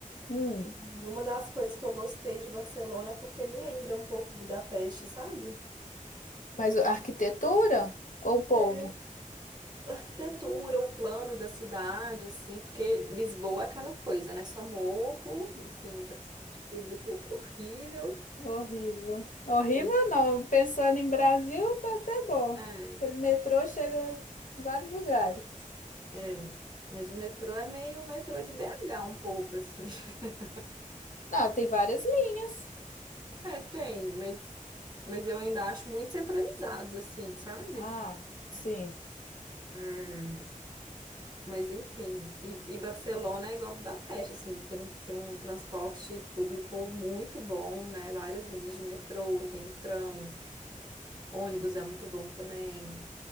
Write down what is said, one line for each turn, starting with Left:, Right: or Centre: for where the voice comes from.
Left: Hum.
Right: E uma das coisas que eu gostei de Barcelona é porque me lembra um pouco Budapeste, sabe?
Left: Mas a arquitetura ou o povo?
Right: É, a arquitetura, o plano da cidade, assim, porque Lisboa é aquela coisa, né? Só morro, enfim, transporte público horrível.
Left: Horrível. Horrível
Right: E,
Left: não. Pensando em Brasil, tá até bom.
Right: é,
Left: Pelo metrô chega em vários lugares.
Right: é. Mas o metrô é meio o metrô de BH um pouco, assim. <laughs>
Left: Ah, tem várias linhas.
Right: É, tem, mas, mas eu ainda acho muito centralizado, assim, sabe?
Left: Ah, sim.
Right: É, Mas enfim, e, e Barcelona é igual Budapeste, assim, tem, um- tem um transporte público muito bom, né? Várias linhas de metrô, tem o tram, Ônibus é muito bom também.